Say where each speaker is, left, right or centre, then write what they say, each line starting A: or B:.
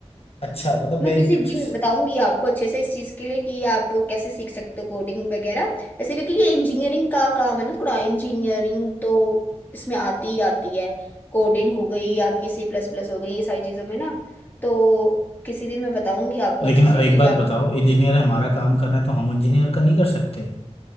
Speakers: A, on the left; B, on the left.
A: अच्छा मतलब
B: मैं
A: मैं यूट्यूब
B: किसी दिन
A: से
B: बताऊंगी आपको अच्छे से इस चीज के लिए कि आप कैसे सीख सकते हो कोडिंग वगैरह वैसे क्योंकि ये इंजीनियरिंग का काम है ना थोड़ा इंजीनियरिंग तो इसमें आती ही आती है कोडिंग हो गई आपकी सी प्लस प्लस हो गई ये सारी चीजों में ना तो किसी दिन मैं बताऊंगी आपको
A: लेकिन
B: अच्छे से
A: एक
B: कि
A: बात
B: आप
A: बताओ इंजीनियर हमारा काम कर रहे हैं तो हम इंजीनियर का नहीं कर सकते